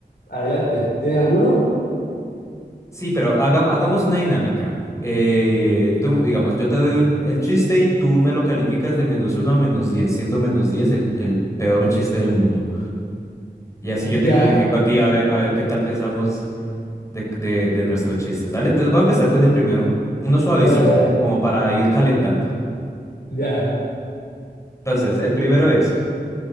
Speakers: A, on the left (about 65°); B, on the left (about 15°).
A: adelante. ¿Tienes alguno?
B: Sí, pero hagam- hagamos una dinámica. Eh, tú, digamos, yo te doy un- el chiste y tú me lo calificas de menos uno a menos diez, siendo menos diez el, el peor chiste del mundo. Y así yo
A: Ya,
B: te califico a ti a ver, a ver qué tal pensamos de, de, de nuestros chistes. Dale, entonces voy a empezar con el primero, uno suavecito,
A: dale, dale.
B: como para ir calentando.
A: Ya.
B: Entonces, el primero es,